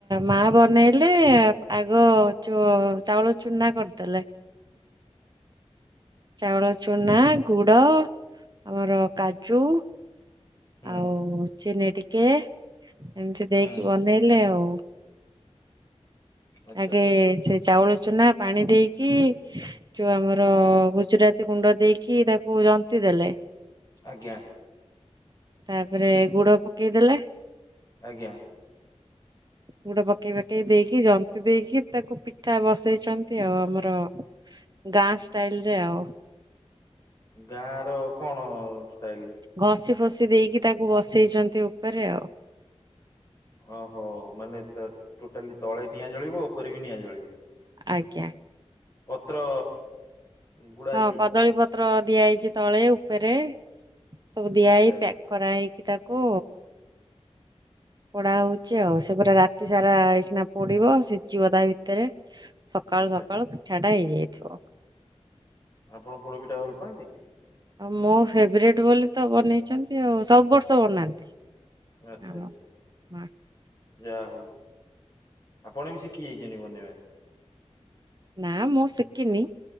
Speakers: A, on the right; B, on the left.
A: ମା ବନେଇଲେ ଆଗ ଚ ଚାଉଳ ଚୁନା କରିଦେଲେ।
B: <inaudible>
A: ଚାଉଳ ଚୁନା ଗୁଡ଼ ଆମର କାଜୁ
B: ହୁଁ
A: ଆଉ ଚିନି ଟିକେ ଏମିତି ଦେଇକି
B: ହୁଁ
A: ବ ବନେଇଲେ ଆଉ
B: ଆଚ୍ଛା
A: ଆଗେ
B: ଆଚ୍ଛା
A: ସେ ଚାଉଳ ଚୁନା ପାଣି ଦେଇକି ଯଉ ଆମର ଗୁଜୁରାତି ଗୁଣ୍ଡ ଦେଇକି ତାକୁ ଜନ୍ତିି ଦେଲେ
B: ଆଜ୍ଞା।
A: ତାପରେ ଗୁଡ ପକେଇଦେଲେ
B: ଆଜ୍ଞା।
A: ଗୁଡ ପକେଇ ପାକେଇ ଦେଇକି ଜନ୍ତିି ଦେଇକି ତାକୁ ପିଠା ବସେଇଛନ୍ତି ଆଉ ଆମର ଗାଁ ଷ୍ଟାଇଲ ରେ ଆଉ।
B: ଗାଁର କଣ ଷ୍ଟାଇଲ?
A: ଘସି ଫସିି ଦେଇକି ତାକୁ ବସେଇଛନ୍ତି ଉପରେ ଆଉ।
B: ଓହୋ ମାନେ ତ ଟୋଟାଲି ତଳେ ନିଆଁ ଜଳିବ ଉପରେ ବି ନିଆଁ ଜଳିବ।
A: ଆଜ୍ଞା।
B: ପତ୍ର ଗୁଡା ହେଇଯାଇଛି
A: ହଁ କଦଳୀ ପତ୍ର ଦିଆ ହେଇଛି ତଳେ ଉପରେ ସବୁ ଦିଆ
B: ଆଚ୍ଛା
A: ହେଇ
B: ଆଚ୍ଛା
A: ପ୍ୟାକ୍ କରା ହେଇକି ତାକୁ ପୋଡା ହଉଛି
B: ଆ-
A: ଆଉ ସେପୁରା ରାତି ସାରା ଏଇଖିନା ପୋଡିବ ସିଝିବ ତା ଭିତରେ ସକାଳୁ
B: ଆଚ୍ଛା।
A: ସକାଳୁ ପିଠାଟା ହେଇଯାଇଥିବ।।
B: ଆପଣ ପୋଡପିଠା ଭଲ ପାଆନ୍ତି?
A: ଆଉ ମୋ ଫେବରେଟ୍ ବୋଲି ତ ବନେଇଛନ୍ତି ଆଉ ସବୁ ବର୍ଷ ବନାନ୍ତି।
B: ଆଚ୍ଛା
A: ଆମ
B: ଆଚ୍ଛା।
A: ମା
B: ଯା ହଉ ଆପଣ ବି ଶିକି ଯାଇଛନ୍ତି ବନେଇବା।
A: ନାଁ ମୁଁ ଶିକିନି